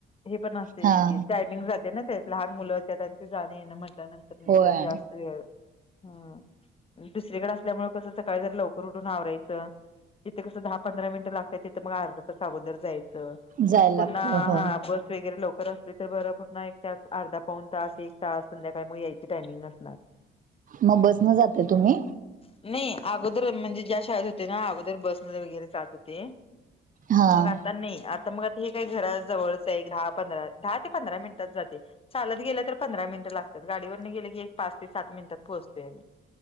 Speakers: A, on the left; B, on the right.
A: हे पण असत
B: हा
A: टायमिंग जाते ना त्या लहान मुलं त्यांचे जाणे ना म्हणंत मग
B: होय
A: जर जास्ती व हम दुसरीकडे असल्यामुळे कस सकाळी जर लवकर उठून आवरायचं जिथे कसं दहा पंधरा मिनटं लागतय तिथं मग अर्धाच अगोदर जायचं
B: जायला लागत
A: पुन्हा
B: होय
A: हा बस वगैरे लवकर असली तर बरं पुन्हा एक त्या अर्धा पाऊन तास एक तास संध्याकाळी मग यायची टायमिंग नसणार
B: मग बसन जाताय तुम्ही
A: नाही अगोदर म्हणजे ज्या शाळेत होते ना अगोदर बस ध्ये वगैरे जात होते
B: हा
A: मग आता नाही. आता मग आता हे काही घरा जवळच आहे एक दहा पंधरा. दहा ते पंधरा मिनिटात जाते चालत गेले तर पंधरा मिनिट लागते तर गाडीवर गेले की एक पाच ते सात मिनटात पोहचते आमही